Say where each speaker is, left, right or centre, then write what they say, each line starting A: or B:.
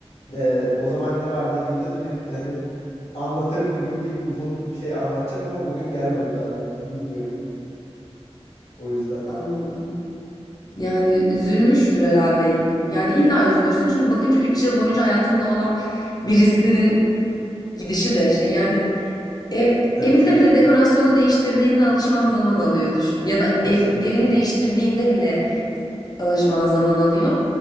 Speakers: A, on the left; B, on the left.
A: e, o zaman ne var dediğimde de bir hani anlatırım bir gün deyip uzun şey anlatacak ama o gün gelmedi daha <laughs> bilmiyorum o yüzden
B: anladım. Yani üzülmüştür herhalde. Yani illa üzülürsün çünkü bakınca 3 yıl boyunca hayatında olan birisinin Gidişi de şey yani ev
A: tabii
B: evinde
A: canım
B: bile dekorasyonu değiştirdiğinde alışman zaman alıyor düşün. Ya da
A: kesinlikle
B: ev, evini değiştirdiğinde bile alışman zaman alıyor.